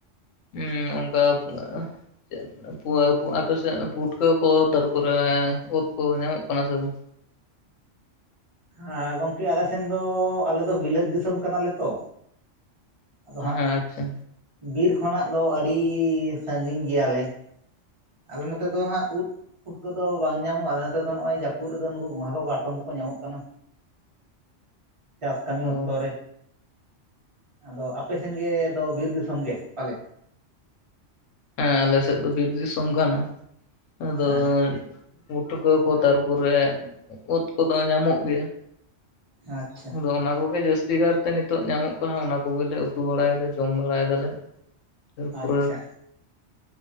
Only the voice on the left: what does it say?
ᱩᱸ ᱚᱱᱠᱟ ᱟᱻ ᱪᱮᱫ ᱯᱩᱣᱟ ᱟᱯᱮ ᱥᱮᱫ ᱯᱩᱴᱠᱟᱹ ᱠᱚ ᱛᱟᱨᱯᱚᱨᱮ ᱩᱫ ᱠᱚ ᱧᱟᱢᱚᱜ ᱠᱟᱱᱟ ᱥᱮ ᱵᱟᱝ?
ᱦᱮᱸ ᱟᱪᱪᱷᱟ
ᱚ
ᱦᱮᱸ ᱟᱞᱮ ᱥᱮᱫ ᱫᱚ ᱵᱤᱨ ᱫᱤᱥᱚᱢ ᱠᱟᱱᱟ ᱟᱫᱚ
ᱯᱩᱴᱷᱩᱠᱟᱹ ᱠᱚ ᱛᱟᱨᱯᱚᱨᱮ ᱳᱫ ᱠᱚ ᱫᱚ ᱧᱟᱢᱚᱜ ᱜᱮᱭᱟ᱾
ᱟᱫᱚ ᱚᱱᱟ ᱠᱚᱜᱮ ᱡᱟᱹᱥᱛᱤ ᱠᱟᱨ ᱛᱮ ᱱᱤᱛᱚᱜ ᱧᱟᱢᱚᱜ ᱠᱟᱱᱟ ᱚᱱᱟ ᱠᱚᱜᱮ ᱞᱮ ᱩᱛᱩ ᱵᱟᱲᱟᱭ ᱮᱫᱟ ᱡᱚᱢ ᱵᱟᱲᱟᱭ ᱫᱟᱞᱮ᱾ ᱛᱟᱨᱯᱚᱨᱮ